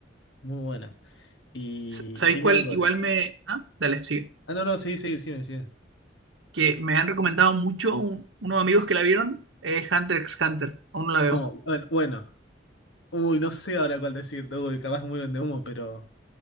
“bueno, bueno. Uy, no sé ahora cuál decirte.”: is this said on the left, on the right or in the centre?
Left